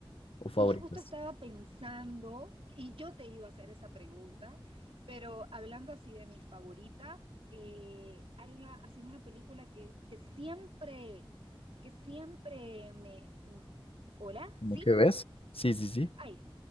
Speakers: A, on the left; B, on the right.
A: ¿O favoritas?
B: Y justo estaba pensando, y yo te iba a hacer esa pregunta, pero hablando así de mi favorita, eh, hay una, así una película que, que siempre, que siempre me... mm, ¿Hola?
A: ¿Cómo
B: ¿Sí?
A: que ves? Sí, sí, sí.
B: Ay,